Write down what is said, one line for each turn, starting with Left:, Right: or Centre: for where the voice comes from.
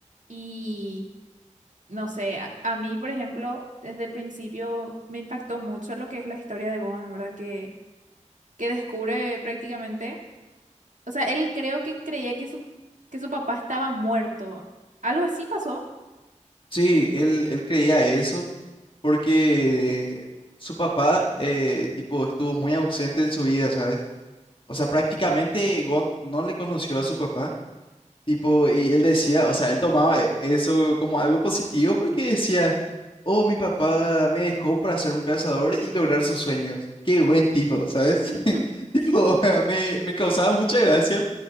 Right: y, no sé, a, a mí, por ejemplo, desde el principio me impactó mucho lo que es la historia de Gon, ¿verdad? Que, que descubre prácticamente. O sea, él creo que creía que su, que su papá estaba muerto. Algo así pasó.
Left: Sí, él, él creía eso porque su papá, eh, tipo, estuvo muy ausente en su vida, ¿sabes? O sea, prácticamente Gon no le conoció a su papá, tipo, y él decía, o sea, él tomaba e- eso como algo positivo porque decía, oh, mi papá me dejó para ser un cazador y lograr sus sueños. Qué buen tipo, ¿sabes?
Right: <laughs>
Left: <laughs> Tipo, <laughs> me, me causaba mucha gracia